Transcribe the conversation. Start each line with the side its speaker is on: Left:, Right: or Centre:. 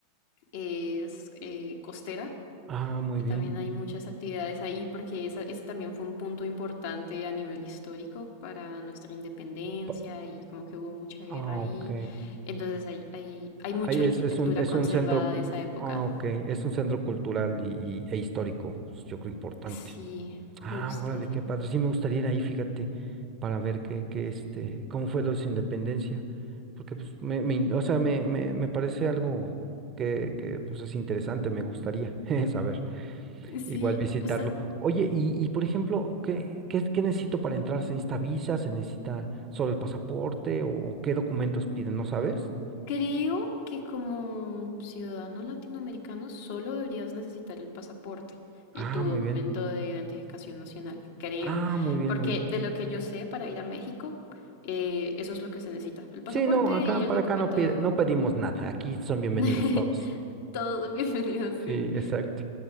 Left: es eh, costera
Right: Ah, muy
Left: y
Right: bien.
Left: también hay muchas actividades ahí porque esa, ese también fue un punto importante a nivel histórico para nuestra independencia
Right: Pa-
Left: y como que hubo mucha guerra
Right: Ah,
Left: ahí.
Right: ok.
Left: Entonces hay, hay, hay
Right: Ahí
Left: mucha arquitectura
Right: es, es un, es
Left: conservada
Right: un centro,
Left: de esa época.
Right: ah, ok, es un centro cultural y, y- e histórico, pues yo creo importante.
Left: Sí, justo,
Right: Ah, órale,
Left: sí.
Right: qué padre. Sí me gustaría ir ahí, fíjate, para ver qué, qué este, cómo fue lo de su independencia. Porque pues me, me in- o sea, me, me, me parece algo que, que pues es interesante, me gustaría <laughs> saber. Igual
Left: Sí,
Right: visitarlo.
Left: usted,
Right: Oye, y, y por ejemplo, ¿qué, qué, qué necesito para entrar? ¿Se necesita visa? ¿Se necesita solo el pasaporte? ¿O qué documentos piden? ¿No sabes?
Left: Creo que como ciudadano latinoamericano solo deberías necesitar el pasaporte y
Right: Ah,
Left: tu
Right: muy
Left: documento
Right: bien.
Left: de identificación nacional, creo,
Right: Ah, muy bien,
Left: porque
Right: muy bien.
Left: de lo que yo sé para ir a México, eh, eso es lo que se necesita, el pasaporte
Right: Sí, no, acá
Left: y el
Right: para
Left: documento,
Right: acá no, pide- no pedimos nada. Aquí son bienvenidos
Left: <laughs>
Right: todos.
Left: todo bienvenidos. sí.
Right: Sí, exacto.